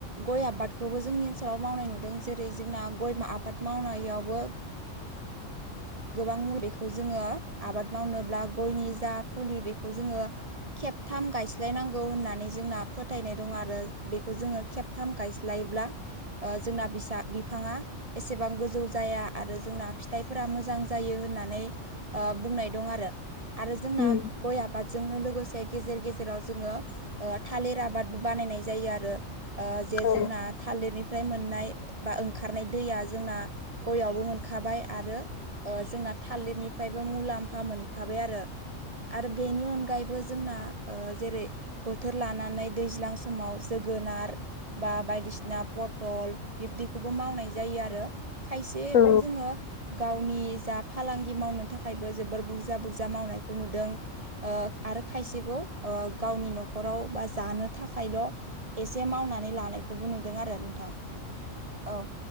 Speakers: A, on the right (about 35°); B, on the left (about 75°).
A: गय आबादखौबो जोंनि ओनसोलाव मावनाय नुदों जेरै जोंना गय आबाद मावनायावबो गोबां मुलि बेखौ जोंङो आबाद मावनोब्ला गयनि जा फुलि बेखौ जोंङो खेबथाम गायस्लायनांगौ होननानै जोंना फोथायनाय दं आरो बेखौ जोंङो खेब थाम गायस्लायब्ला ओ जोंना बिसा बिफांङा एसेबां गोजौ जाया आरो जोंना फिथाइफोरा मोजां मोजां जायो होननानै ओ बुंनाय दं आरो आरो जोंना
B: उम
A: गय आबादजोंनो लोगोसे गेजेर गेजेराव जोंङो ओ थालिर आबादबो बानायनाय जायो आरो ओ जे
B: औ
A: जोंना थालिरनिफ्राय मोननाय बा ओंखारनाय दैया जोंना गयावबो मोनखाबाय आरो ओ जोंना थालिरनिफ्रायबो मुलाम्फा मोनफाबाय आरो आरो बेनि अनगायैबो जोंना ओ जेरै बोथोर लानानै दैज्लां समाव जोगोनार बा बायदिसिना पटल बिब्दिखौबो मावनाय जायो आरो। खायसेखौ
B: औ
A: जोंङो गावनि जा फालांगि मावनो थाखायबो जोबोर बुरजा बुरजा मावनायखौ नुदों ओ आरो खायसेखौ ओ गावनि न'खराव बा जानो थाखायल' एसे मावनानै लानायखौबो नुदों आरो नोंथां। औ